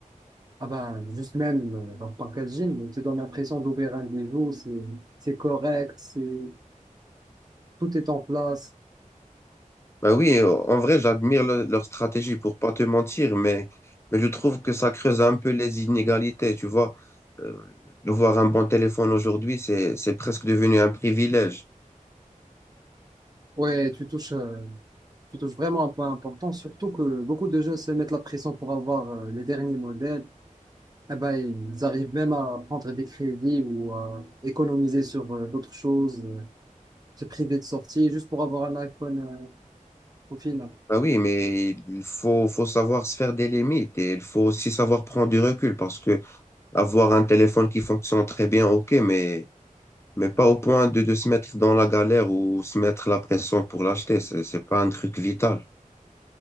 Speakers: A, on the right; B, on the left.
A: Ah bah, juste même euh, leur packaging, on te donne l'impression d'ouvrir un bijou, c'est c'est correct, c'est tout est en place.
B: Bah oui, euh, en vrai, j'admire le- leur stratégie pour pas te mentir, mais, mais je trouve que ça creuse un peu les inégalités, tu vois. Euh, de voir un bon téléphone aujourd'hui, c'est, c'est presque devenu un privilège.
A: Ouais, tu touches, euh, Tu touches vraiment un point important, surtout que beaucoup de jeunes se mettent la pression pour avoir euh, les derniers modèles. Eh ben, ils arrivent même à prendre des crédits ou à économiser sur euh, d'autres choses, euh, se priver de sorties juste pour avoir un iPhone euh, au final.
B: Bah oui, mais il faut, faut savoir se faire des limites et il faut aussi savoir prendre du recul parce que avoir un téléphone qui fonctionne très bien, ok, mais, mais pas au point de, de se mettre dans la galère ou se mettre la pression pour l'acheter, c'est, c'est pas un truc vital.